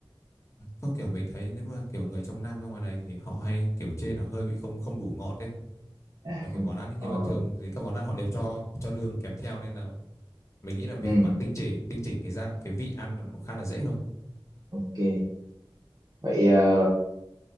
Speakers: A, on the left; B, on the right.
A: có kiểu mình thấy nếu mà kiểu người trong Nam ra ngoài này thì họ hay kiểu chê là hơi bị không không đủ ngọt ấy
B: à
A: mà kiểu
B: không
A: món ăn ấy nhưng
B: ờ
A: mà thường thì các món ăn họ đều cho cho đường kèm theo nên là mình nghĩ là việc
B: ừ
A: bạn tinh chỉnh tinh chỉnh cái gia cái vị ăn là nó khá là dễ thôi.
B: ok vậy ờ,